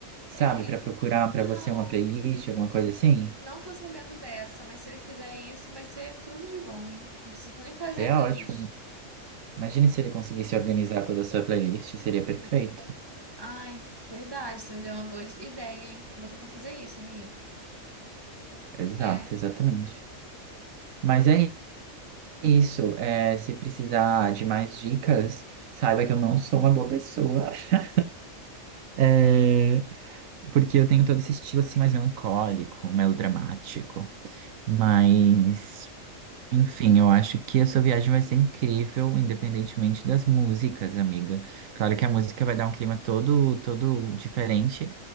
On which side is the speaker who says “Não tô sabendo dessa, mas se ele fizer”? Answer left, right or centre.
Right